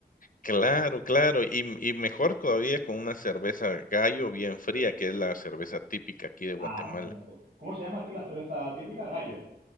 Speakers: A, on the left; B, on the right.
A: Claro,
B: Ostras.
A: claro, y m y mejor todavía con una cerveza Gallo bien fría, que es la cerveza típica aquí de Guatemala.
B: Ah, bueno. ¿Cómo cómo se llama aquí la cerveza típica? Gallo.